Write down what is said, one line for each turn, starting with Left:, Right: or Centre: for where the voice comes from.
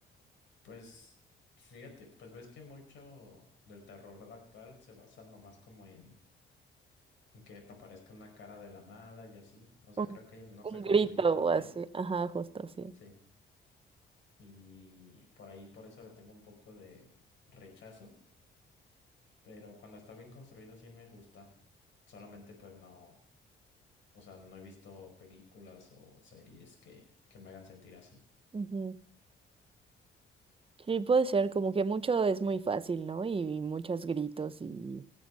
Left: pues fíjate, pues ves que mucho del terror actual se basa nomás como en, en que te aparezca una cara de la nada y así. O sea,
Right: Un,
Left: creo que no
Right: un
Left: se construye
Right: grito
Left: tan
Right: o
Left: bien.
Right: así. Ajá, justo, sí.
Left: Sí. Y por ahí, por eso le tengo un poco de rechazo, pero cuando está bien construido sí me gusta. Solamente pues no, o sea, no he visto películas o series que, que me hagan sentir así.
Right: Ujú. Sí, puede ser, como que mucho es muy fácil, ¿no? Y, muchos gritos y